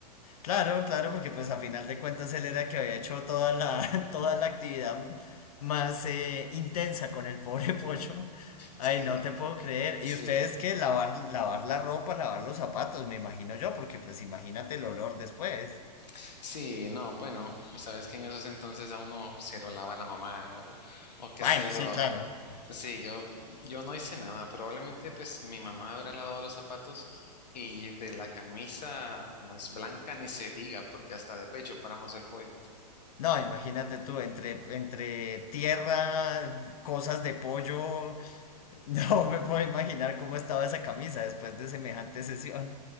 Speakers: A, on the left (about 60°); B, on the left (about 80°).
A: Claro, claro, porque pues a final de cuentas él era el que había hecho toda la, <laughs> toda la actividad más eh, intensa con el pobre Pocho.
B: Sí,
A: Ay, no te puedo creer.
B: sí,
A: ¿Y ustedes
B: fue-
A: qué? Lavar, lavar la ropa, lavar los zapatos, me imagino yo, porque pues imagínate el olor después.
B: sí, no, bueno, sabes que en esos entonces a uno se lo lava la mamá o, o qué
A: Bueno,
B: sé yo.
A: sí, claro.
B: Sí, yo, yo no hice nada. Probablemente pues mi mamá habrá lavado los zapatos y de la camisa, como es blanca, ni se diga, porque hasta de pecho paramos el pollo.
A: No, imagínate tú, entre, entre tierra, cosas de pollo, <laughs> no me puedo imaginar cómo estaba esa camisa después de semejante sesión.